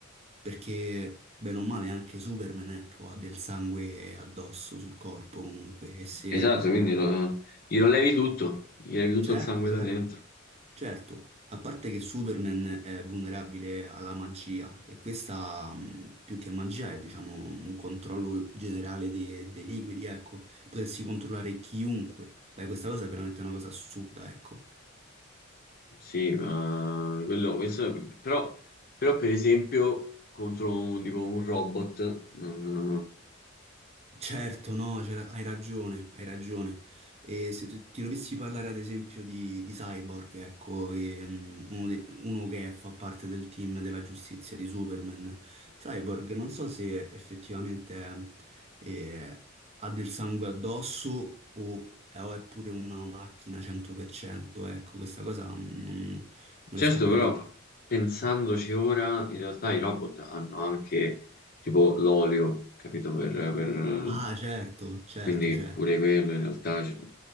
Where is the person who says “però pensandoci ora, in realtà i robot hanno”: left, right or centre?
Left